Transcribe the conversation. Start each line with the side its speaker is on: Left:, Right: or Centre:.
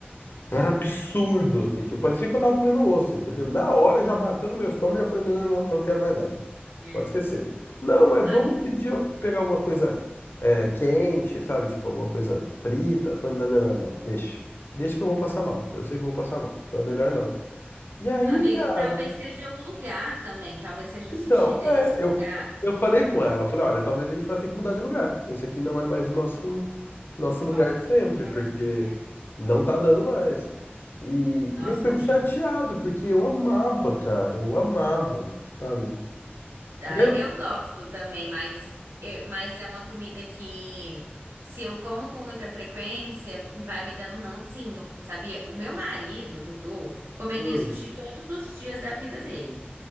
Left: era absurdo, assim. Tipo, parecia que eu tava comendo ostra, entendeu? Na hora já bateu no meu estômago e já falei, não, não, não, não quero mais nada.
Right: É.
Left: Pode esquecer. Não, mas
Right: Amigo,
Left: vamos pedir, pegar alguma coisa é, quente, sabe? Tipo, alguma coisa frita. Falei, não, não, não, não, deixa. Deixa que eu vou passar mal. Eu sei que eu vou passar mal. Então é melhor não. E aí,
Right: amigo,
Left: cara.
Right: talvez seja o lugar também, talvez seja
Left: Então,
Right: o sushi desse
Left: é, eu,
Right: lugar.
Left: eu falei com ela, eu falei, olha, talvez a gente vá ter que mudar de lugar. Esse aqui não é mais o nosso nosso
Right: Nossa,
Left: lugar de sempre,
Right: cara,
Left: porque
Right: é.
Left: não tá dando mais. E,
Right: Nossa,
Left: e eu fico
Right: amigo.
Left: chateado, porque eu amava, cara, eu amava, sabe?
Right: Ai,
Left: E eu-
Right: eu gosto também, mas, eh, mas é uma comida que, se eu como com muita frequência, vai me dando um rancinho, sabia? O meu marido, o Tutu, comeria
Left: hum.
Right: sushi todos os dias da vida dele.